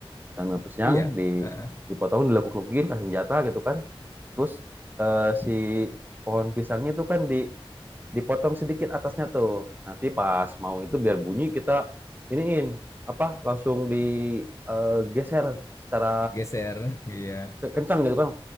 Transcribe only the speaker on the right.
dan tanam yang
di
dipotong dilekuk-lekukin kasih senjata gitu kan terus eh, si pohon pisangnya itu kan di dipotong sedikit atasnya tuh nanti pas mau itu biar bunyi kita iniin apa langsung digeser eh, secara
eh, kencang gitu kan